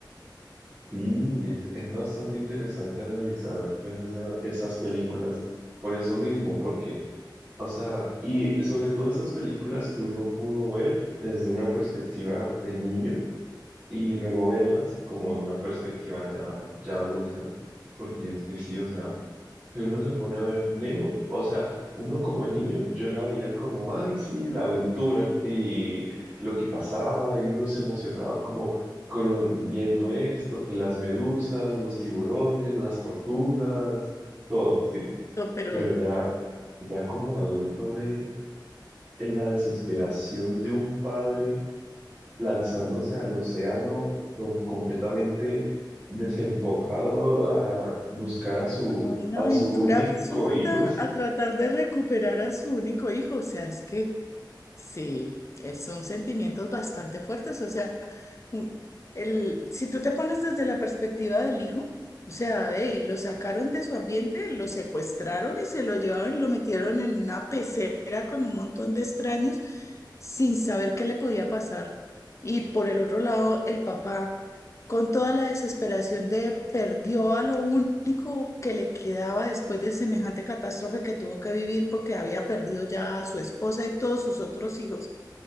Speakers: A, on the right (about 20°); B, on the left (about 40°).
A: sí, es, es bastante interesante analizar pues, esa- esas películas por eso mismo, porque, o sea, y sobre todo esas películas que uno pudo ver desde una perspectiva de niño y luego verlas como de una perspectiva ya, ya adulta, porque es que sí, o sea, si uno se pone a ver Nemo, o sea, uno como niño, yo la veía como, ay, sí, la aventura y lo que pasaba, y uno se emocionaba como con, viendo esto, que las medusas, los tiburones, las tortugas, todo, ¿sí?
B: Pero pero
A: Pero ya, ya como adulto ver en la desesperación de un padre lanzándose al océano con- completamente desembocado a buscar a su,
B: una
A: a
B: aventura
A: su único
B: absurda
A: hijo.
B: a tratar de recuperar a su único hijo, o sea, es que Sí, es- son sentimientos bastante fuertes. O sea, un- el, si tú te pones desde la perspectiva del hijo, o sea, ey, lo sacaron de su ambiente, lo secuestraron y se lo llevaron y lo metieron en una pecera con un montón de extraños sin saber qué le podía pasar. Y por el otro lado, el papá con toda la desesperación de perdió a lo único que le quedaba después de semejante catástrofe que tuvo que vivir porque había perdido ya a su esposa y todos sus otros hijos,